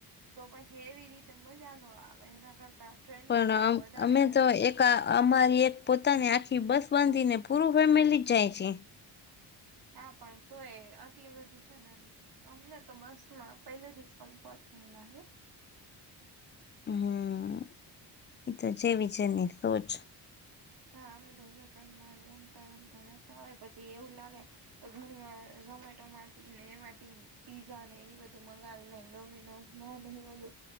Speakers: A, on the right (about 60°); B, on the left (about 25°).
A: તો પછી એવી રીતે મજા નો આવે એના કરતા ટ્રેનમાં
B: પણ
A: જવું
B: અમ
A: વધારે
B: અમે
A: સારું.
B: તો એક <unintelligible> અમારી એક પોતાની આખી બસ બાંધીને પૂરું ફેમિલી જાય છે.
A: હા પણ તો એ આટલી બધી છે ને અમને તો બસમાં પહેલેથી જ કમ્ફર્ટ ન લાગે.
B: હમ એતો જેવી જેની સોચ.
A: હા અમે તો જો ટ્રેન માં રમતા રમતા જતા હોય પછી એવું લાગે તો ઘણી વાર ઝોમેટો માંથી ને એમાંથી પીઝા ને એ બધું મગાવી લ ડોમિનોજ ના નહી બધું